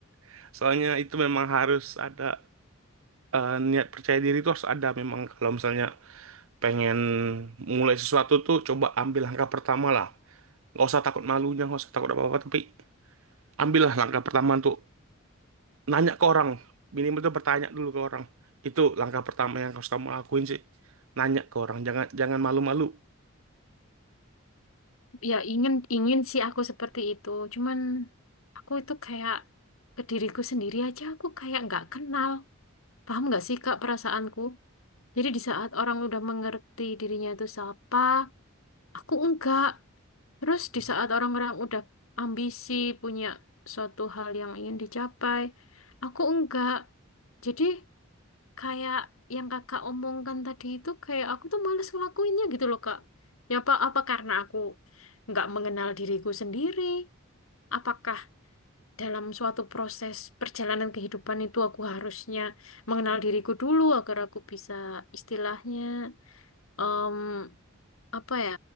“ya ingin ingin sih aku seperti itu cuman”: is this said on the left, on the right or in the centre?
Left